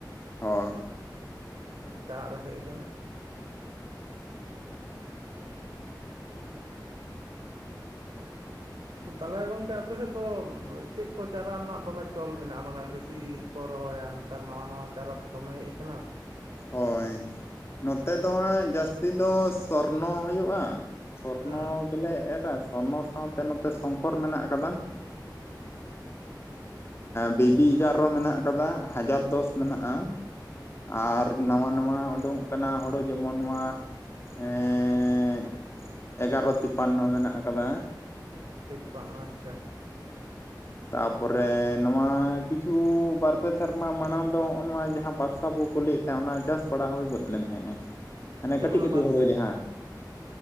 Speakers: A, on the left; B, on the right.
A: ᱦᱳ
B: ᱦᱩᱸ ᱫᱤᱱ ᱫᱤᱱ ᱟᱫ ᱦᱮᱡ ᱠᱟᱱᱟ᱾ ᱛᱟᱞᱦᱮ ᱜᱚᱝᱠᱮ ᱟᱯᱮ ᱥᱮᱫ ᱫᱚ ᱪᱮᱫ ᱠᱚ ᱪᱟᱨᱟ ᱨᱮᱱᱟᱜ ᱫᱚᱢᱮ ᱪᱚᱞ ᱢᱮᱱᱟᱜᱼᱟ ᱢᱟᱱᱮ ᱵᱮᱥᱤ ᱠᱚ ᱨᱚᱦᱚᱭᱟ? ᱱᱮᱛᱟᱨ ᱱᱟᱣᱟ ᱱᱟᱣᱟ ᱪᱟᱨᱟ ᱛᱚ ᱫᱚᱢᱮ ᱦᱮᱡ ᱠᱟᱱᱟ᱾
A: ᱦᱳᱭ ᱱᱚᱛᱮ ᱫᱚ ᱦᱟᱸᱜ ᱡᱟᱹᱥᱛᱤ ᱫᱚ ᱥᱚᱨᱱᱚ ᱦᱳᱭᱳᱜᱼᱟ᱾ ᱥᱚᱨᱱᱚ
B: ᱦᱮᱸ
A: ᱜᱮᱞᱮ ᱮᱨᱟ ᱥᱚᱨᱱᱚ ᱥᱟᱶ ᱛᱮ ᱱᱚᱛᱮ ᱥᱚᱝᱠᱚᱨ ᱢᱮᱱᱟᱜ ᱠᱟᱫᱟ᱾ ᱵᱤᱵᱤ ᱮᱜᱟᱨᱚ ᱢᱮᱱᱟᱜ ᱠᱟᱫᱟ ᱦᱟᱡᱟᱨ ᱫᱚᱥ ᱢᱮᱱᱟᱜᱼᱟ᱾ ᱟᱨ
B: ᱟᱪᱪᱷᱟ
A: ᱱᱟᱣᱟ
B: ᱟᱪᱪᱷᱟ
A: ᱱᱟᱣᱟᱼᱼ ᱱᱚᱣᱟ ᱳᱰᱳᱠᱚᱜ ᱠᱟᱱᱟ ᱦᱳᱲᱳ ᱡᱮᱢᱚᱱ ᱱᱚᱣᱟ ᱮᱜ ᱮᱜᱼᱼ ᱮᱜᱟᱨᱚ ᱛᱤᱯᱟᱱᱱᱚ ᱢᱮᱱᱟᱜ ᱠᱟᱫᱟ᱾
B: ᱮᱜᱚᱨᱚ ᱛᱤᱯᱟᱱᱱᱚ ᱟᱪᱷᱟ᱾
A: ᱛᱟᱯᱚᱨᱮ ᱱᱚᱣᱟ ᱠᱤᱪᱷᱩ ᱵᱟᱨ ᱯᱮ ᱥᱮᱨᱢᱟ ᱢᱟᱲᱟᱝ ᱫᱚ ᱦᱚᱜᱚ ᱱᱚᱣᱟ ᱡᱟᱦᱟᱸ ᱵᱟᱥᱼᱼ ᱛᱟᱵᱚ ᱠᱚ ᱞᱟᱹᱭᱮᱫ ᱛᱟᱦᱮᱸᱜ ᱚᱱᱟ ᱪᱟᱥ ᱵᱟᱲᱟ ᱦᱳᱭ ᱜᱚᱫ ᱞᱮᱱ ᱛᱟᱦᱮᱡ ᱦᱟᱱᱮ
B: ᱪᱮᱫ
A: ᱠᱟᱹᱴᱤᱡ
B: ᱚᱱᱟ
A: ᱠᱟᱹᱴᱤᱡ
B: ᱵᱟᱫ
A: ᱦᱳᱲᱳ ᱡᱟᱦᱟ᱾